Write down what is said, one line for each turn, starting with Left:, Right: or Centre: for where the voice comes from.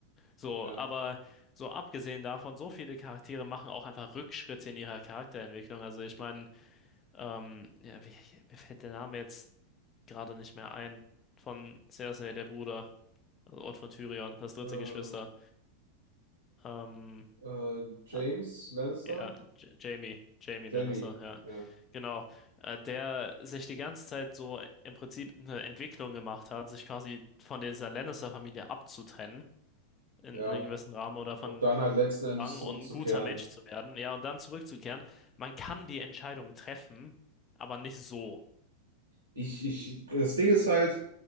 Left: So,
Right: ja.
Left: aber so abgesehen davon, so viele Charaktere machen auch einfach Rückschritte in ihrer Charakterentwicklung. Also ich meine, ähm, ja, wie, mir fällt der Name jetzt gerade nicht mehr ein. Von Cersei, der Bruder, also Ort von Tyrion, das dritte
Right: Äh,
Left: Geschwister. Ähm,
Right: äh, James
Left: ah,
Right: Lannister?
Left: ja, J Jamie, Jamie
Right: Jamie,
Left: Lannister, ja.
Right: ja.
Left: Genau. Äh, der sich die ganze Zeit so im Prinzip eine Entwicklung gemacht hat, sich quasi von dieser Lannister-Familie abzutrennen. In
Right: Ja.
Left: in einem gewissen Rahmen oder von
Right: Und dann halt letzten Endes
Left: Rang
Right: zurückzukehren.
Left: und ein guter Mensch zu werden, ja, und dann zurückzukehren. Man kann die Entscheidung treffen, aber nicht so.
Right: Ich, ich, das Ding ist halt.